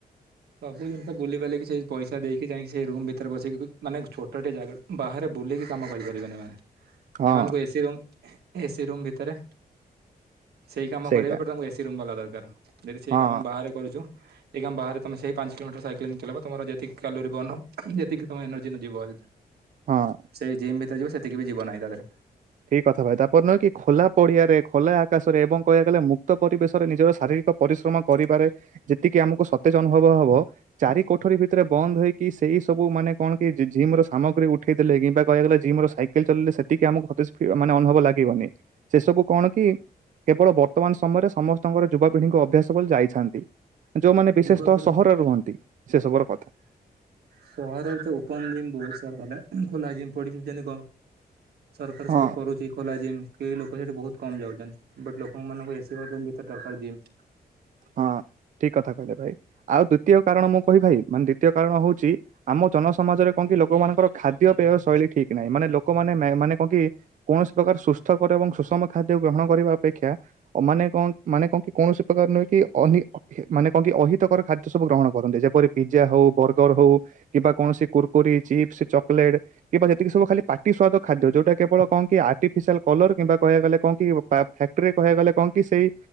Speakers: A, on the right; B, on the right.
A: ସବୁ ଜିନିଷ ବୁଲିିବାଲିକି ସେଇ ପଇସା ଦେଇକି ଯାଇଁକି ସେଇ ରୁମ୍ ଭିତରେ ବସିକି ମାନେ ଛୋଟଟେ ଜାଗା ବାହାରେ ବୁଲିକି କାମ କରିପାରିବେନି ଏମାନେ।
B: ହଁ
A: ଏମାନଙ୍କୁ ଏସି ରୁମ୍ ଏସି ରୁମ୍ ଭିତରେ ସେଇ କାମ
B: ସେଇଟା।
A: କରିବେ ବଟ୍ ତାଙ୍କୁ ଏସି ରୁମ୍ ବଲା ଦରକାର ଯଦି ସେଇ
B: ହଁ
A: କାମ ବାହାରେ କରୁଚୁ ଏଇ କାମ ବାହାରେ ତମେ ସେଇ ପାଞ୍ଚ କିଲୋମିଟର ସାଇକେଲିଂ ଚଲେଇବ ତମର ଯେତିକ କ୍ୟାଲୋରି ବର୍ଣ୍ଣ ହ ଯେତିକି ତମ ଏନର୍ଜି ଯିବ।
B: ହଁ।
A: ସେଇ ଜିମ୍ ଭିତରେ ଯିବ ସେତିକି ବି ଯିବ ନାହିଁ ତା ଦେହରେ।
B: ଠିକ୍ କଥା ଭାଇ ତାପରେ ନୁହେଁ କି ଖୋଲା ପଡିଆରେ ଖୋଲା ଆକାଶରେ ଏବଂ କହିଆକୁ ଗଲେ ମୁକ୍ତ ପରିବେଶରେ ନିଜର ଶାରୀରିକ ପରିଶ୍ରମ କରିବାରେ ଯେତିକି ଆମକୁ ସତେଜ ଅନୁଭବ ହବ। ଚାରି କୋଠରୀ ଭିତରେ ବନ୍ଦ ହେଇକି ସେଇ ସବୁ ମାନେ କଣ କି ଜି ଜିମ୍ ର ସାମଗ୍ରୀ ଉଠେଇଦେଲେ କିମ୍ବା କହିଆକୁ ଗଲେ ଜିମ ର ସାଇ କେଲ୍ ଚଲଲେ ସେତିକି ଆମକୁ ଖତେଜ୍ ଫି ମାନେ ଅନୁଭବ ଲାଗିବନି ସେ ସବୁ କଣ କି କେବଳ ବ ତମାନ ସମୟରେ ସମସ୍ତଙ୍କର ଯୁବାପିଢ଼ିଙ୍କୁ ଅଭ୍ୟାସ ବୋଲି ଯାଇଛାନ୍ତି। ଯୋଉମାନେ ବିଶେଷତଃ
A: ଯୁବପିଢ଼
B: ସହରରେ ରୁହନ୍ତି ସେ ସବୁର କଥା।
A: ସହରରେ ତ ଓପନ ଜିମ୍ ବହୁ ସାରା ହେଲା ଖୋଲା ଜିମ୍ ପଡିଚି ଯେମିତି କ ସରକାର ସବୁ
B: ହଁ
A: କରୁଚି ଖୋଲା ଜିମ୍। କେଇ ଲୋକ ସେଠି ବହୁତ୍ କମ୍ ଯାଉଚନ୍ତି ବଟ୍ ଲୋକମାନଙ୍କୁ ଏସି ର ରୁମ୍ ଭିତରେ ଦରକାର ଜିମ୍।
B: ହଁ ଠିକ୍ କଥା କହିଲେ ଭାଇ ଆଉ ଦ୍ଵିତୀୟ କାରଣ ମୁଁ କହିବି ଭାଇ ମାନେ ଦ୍ଵିତୀୟ କାରଣ ହଉଚି ଆମ ଜନସମାଜରେ କଁ କି ଲୋକମାନଙ୍କର ଖାଦ୍ୟ ପେୟ ଶୈଳୀ ଠିକ୍ ନାହିଁ ମାନେ ଲୋକମାନେ ମ୍ୟା ମାନେ କଁ କି କୌଣସି ପ୍ରକାର ସୁସ୍ଥକର ଏବଂ ସୁଷମ ଖାଦ୍ୟ ଗ୍ରହଣ କରିବା ଅପେକ୍ଷା ଅ ମାନେ କଁ ମାନେ କଁ କି କୌଣସି ପ୍ରକାର ନୁହେ ଅନିହି ଅ ହି ମାନେ କଁ କି ଅହିତକର ଖାଦ୍ୟ ସବୁ ଗ୍ରହଣ କରନ୍ତି ଯେପରି ପିଜା ହଉ ବର୍ ଗର୍ ହଉ କିବା କୌଣସି କୁରୁକୁରି, ଚିପସ୍, ଚକୋଲେଟ କିବା ଯେତିକି ସବୁ ଖାଲି ପାଟି ସୁଆଦ ଖାଦ୍ୟ ଯୋଉଟା କେବଳ କଁ କି ଆ ଟିଫିସିଆଲ କଲର କିମ୍ବା କହିଆକୁ ଗଲେ କଁ କି ପା ଫାକ୍ଟ୍ରିରେ କହିଆକୁ ଗଲେ କଁ କି ସେଇ